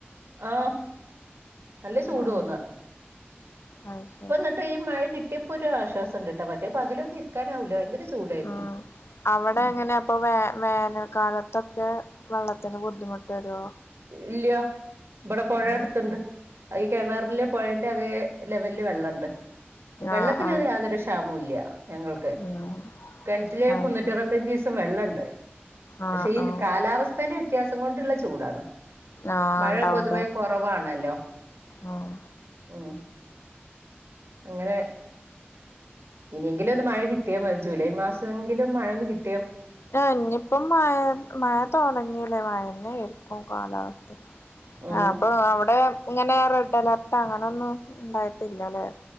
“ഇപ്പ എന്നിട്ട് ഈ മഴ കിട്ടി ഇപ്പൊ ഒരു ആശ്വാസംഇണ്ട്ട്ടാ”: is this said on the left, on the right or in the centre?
Right